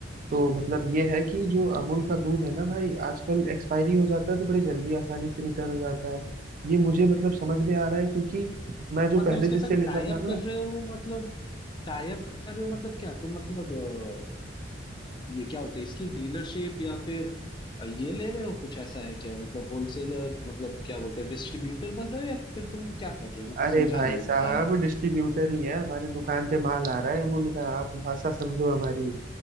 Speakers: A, on the right (about 45°); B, on the left (about 25°).
A: तो मतलब ये है कि जो अमूल का दूध है ना भाई आजकल एक्सपायरी हो जाता है तो बड़ी जल्दी आसानी से रिटर्न हो जाता है ये मुझे मतलब समझ में आ रहा है क्योंकि मैं जो
B: मतलब
A: पहले
B: उसके
A: जिससे
B: संग
A: लेता
B: टाई अप
A: था ना
B: कर रहे हो मतलब टाई अप कर रहे हो मतलब क्या तुम मतलब अ, ये क्या बोलते हैं इसकी डीलरशिप या फिर अ, ये ले रहे हो कुछ ऐसा है क्या मतलब होलसेलर मतलब क्या बोलते हैं डिस्ट्रीब्यूटर बन रहे हो या फिर तुम क्या कर रहे हो मतलब
A: अरे
B: समझा
A: भाई
B: नहीं
A: साहब
B: मैं टाइप कर रहा
A: डिस्ट्रीब्यूटर ही है हमारे दुकान पे माल आ रहा है अमूल का आप भाषा समझो हमारी